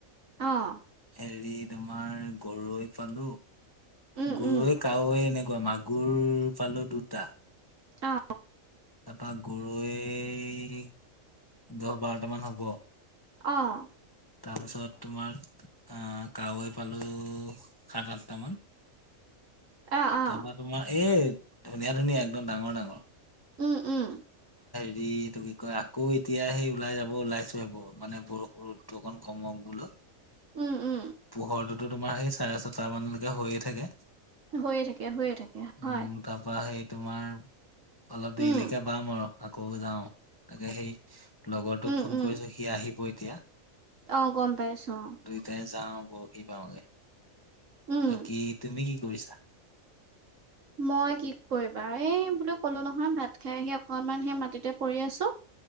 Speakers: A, on the right (about 65°); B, on the left (about 20°).
A: অহ
B: হেৰি তোমাৰ গৰৈ পালো
A: উম
B: গৰৈ
A: উম
B: কাৱৈ এনেকোৱা মাছ গুৰ পালো দুটা
A: অ
B: তাৰপা গৰৈ দহ বাৰটামান হ'ব।
A: অহ
B: তাৰপিছত তোমাৰ আহ কাৱৈ পালো সাত আঠটা মান
A: আ, আ,
B: তাৰপা তোমাৰ এই ধুনীয়া ধুনীয়া একদম ডাঙৰ ডাঙৰ
A: উম, উম,
B: এই এইটো কি কয় আকৌ এতিয়া সেই ওলাই যাব ওলাইছো সেই মানে বৰষুণটো অলপ কমক বোলো।
A: উম, উম,
B: পোহৰটোতো তোমাৰ সেই চাৰে ছটা মানলৈকে হৈয়ে থাকে।
A: হৈয়ে থাকে, হৈয়ে থাকে,
B: উম
A: হয়।
B: তাৰপা সেই তোমাৰ অলপ দেৰিলে
A: উম,
B: যাম আৰু আকৌ যাওঁ তাকে সেই লগৰটোক
A: উম,
B: ফোন
A: উম,
B: কৰিছোঁ সি আহিব এতিয়া
A: অ', গম পাইছোঁ, অ',
B: দুইটাই যাও বৰখি বাওগে।
A: উম।
B: বাকী তুমি কি কৰিছা?
A: মই কি কৰিবা এই বোলো কলো নহয় ভাত খাই আহি অকনমান সেই মাটিতে কৰি আছো